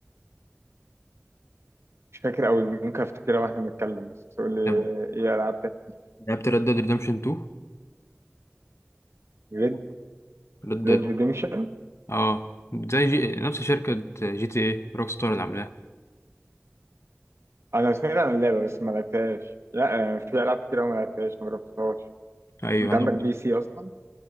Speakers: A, on the right; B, on the left.
A: مش فاكر أوي ممكن أفتكرها وإحنا بنتكلم بس تقول لي
B: طب
A: إيه ألعاب تاني
B: لعبت ريد ديد ريدمشن 2
A: ريد
B: ريد ديد
A: ريد ريديمشن
B: اه زي جي... نفس شركة جي تي ايه روك ستار اللي عاملاها
A: أنا سمعت عن اللعبة بس ما لعبتهاش لا آه، في ألعاب كتير أوي ما لعبتهاش ما جربتهاش
B: ايوه
A: انت
B: انا
A: عندك بي سي اصلا